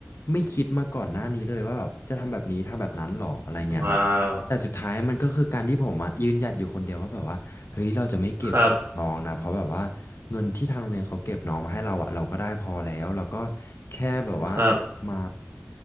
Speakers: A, on the left (about 70°); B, on the right (about 80°).
A: ไม่คิดมาก่อนหน้านี้เลยว่าแบบจะทำแบบนี้ทำแบบนั้นหรออะไรเงี้ยครับแต่สุดท้ายมันก็คือการที่ผมอะยืนหยัดอยู่คนเดียวว่าแบบว่า
B: ว้าว
A: เฮ้ยเราจะไม่เก็บน้องนะเพราะแบบว่าเงินที่ทางโรงเรียนเขาเก็บน้องมาให้เราอะเราก็ได้พอแล้วเราก็
B: ครับ
A: แค่แบบว่า
B: ครับ
A: มา